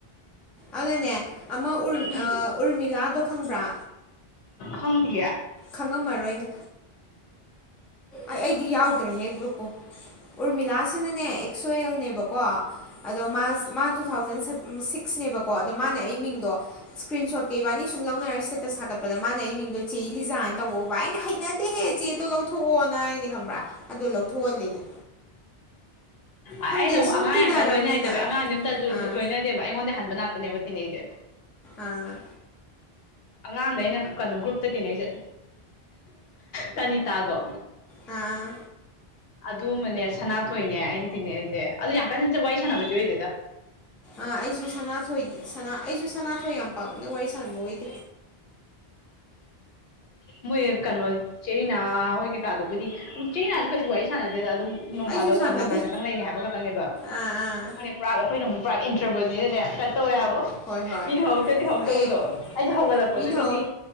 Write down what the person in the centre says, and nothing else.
ꯑꯗꯨꯅꯅꯦ ꯑꯃ
ꯎꯔꯃꯤꯂꯥꯗꯣ ꯈꯪꯕ꯭ꯔꯥ
ꯈꯪꯉꯝꯃꯔꯣꯏꯅꯦ ꯑꯩ ꯑꯩꯗꯤ ꯌꯥꯎꯗ꯭ꯔꯦꯍꯦ ꯒ꯭ꯔꯨꯞꯄꯨ ꯎꯔꯃꯤꯂꯥꯥꯁ ꯑꯁꯤꯅꯅꯦ ꯑꯦꯛꯁꯣ ꯑꯦꯜꯅꯦꯕꯀꯣ ꯑꯗꯣ ꯃꯥ ꯃꯥ ꯇꯨ ꯊꯥꯎꯖꯟ ꯁꯤꯛꯁꯅꯦꯕꯀꯣ ꯀꯣ ꯑꯗꯣ ꯃꯥꯅꯦ ꯑꯩ ꯃꯤꯡꯗꯣ ꯏꯁꯀ꯭ꯔꯤꯟ ꯁꯣꯠ ꯀꯩꯕꯥꯅꯤ ꯁꯨꯝ ꯂꯧꯅꯔꯁꯤ ꯁꯒ ꯄ꯭ꯔ ꯃꯥ ꯑꯩ ꯃꯤꯒꯣ ꯆ ꯖꯥꯅ ꯇꯧꯕꯧꯕ ꯑꯩꯅ ꯍꯩꯅꯗꯦꯍꯦ ꯆꯦꯗꯣ ꯂꯧꯊꯣꯛꯑꯣꯅ ꯍꯥꯏꯅꯦ ꯈꯪꯕ꯭ꯔꯥ ꯑꯗꯨ ꯂꯧꯊꯣꯛꯍꯜꯂꯤꯅꯦ
ꯈꯪꯗꯦ
ꯁꯨꯝ ꯇꯤꯟꯅꯔꯕꯅꯤꯅ
ꯑꯥ
ꯑ
ꯑꯥ
ꯑꯩꯁꯨ ꯁꯅꯥꯣꯏ ꯑꯩꯁꯨ ꯁꯅꯥꯊꯣꯏ ꯌꯥꯝ ꯄꯥꯝꯅ ꯋꯥꯔꯤ ꯁꯅꯕ ꯑꯣꯏꯗ
ꯑꯩꯁꯨ ꯁꯥꯟꯅꯗꯦ
ꯑꯥ ꯑꯥ
ꯍꯣꯏ ꯍꯣꯏ
ꯑꯦ
ꯃꯤꯅ ꯍꯧ